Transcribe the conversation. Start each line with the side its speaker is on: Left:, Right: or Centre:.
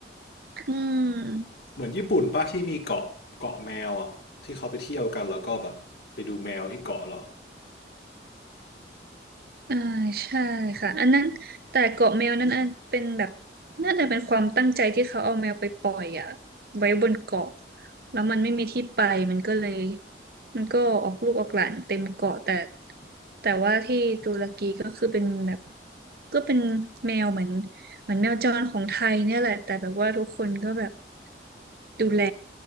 Right: อืม
Left: เหมือนญี่ปุ่นป้าที่มีเกาะเกาะแมวอ่ะที่เขาไปเที่ยวกันแล้วก็แบบไปดูแมวที่เกาะเหรอ
Right: อ่าใช่ค่ะอันนั้นแต่เกาะแมวนั้นอันเป็นแบบน่าจะเป็นความตั้งใจที่เขาเอาแมวไปปล่อยอ่ะไว้บนเกาะแล้วมันไม่มีที่ไปมันก็เลยมันก็ออกลูกออกหลานเต็มเกาะแต่แต่ว่าที่ตุรกีก็คือเป็นแบบก็เป็นแมวเหมือนเหมือนแมวจรของไทยเนี่ยแหละแต่แบบว่าทุกคนก็แบบดูแล